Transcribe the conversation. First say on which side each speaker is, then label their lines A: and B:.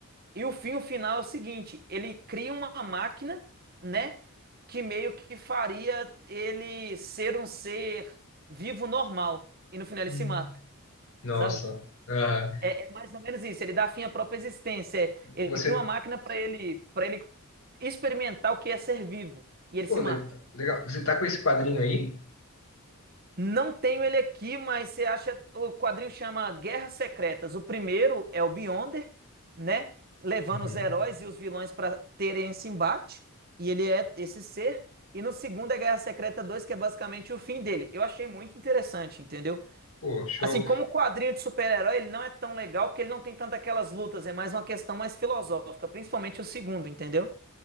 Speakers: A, on the right; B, on the left.
A: e o fim, o final é o seguinte: ele cria uma máquina, né? Que meio que faria ele ser um ser vivo normal. E no final ele
B: Hum.
A: se mata,
B: Nossa.
A: sabe?
B: Ah,
A: É, é mais ou menos isso. Ele dá fim à própria existência. É, Ele
B: você.
A: cria uma máquina para ele, para ele experimentar o que é ser vivo. E ele
B: Pô,
A: se
B: le-
A: mata
B: legal.
A: no
B: Você
A: final.
B: tá com esse quadrinho aí?
A: Não tenho ele aqui, mas você acha. O quadrinho chama Guerras Secretas. O primeiro é o Beyonder, né? Levando
B: Uhum.
A: os heróis e os vilões para terem esse embate. E ele é esse ser. E no segundo é Guerra Secreta dois, que é basicamente o fim dele. Eu achei muito interessante, entendeu?
B: Pô, show.
A: Assim, como quadrinho de super-herói, ele não é tão legal porque ele não tem tanto aquelas lutas. É mais uma questão mais filosófica, principalmente o segundo, entendeu?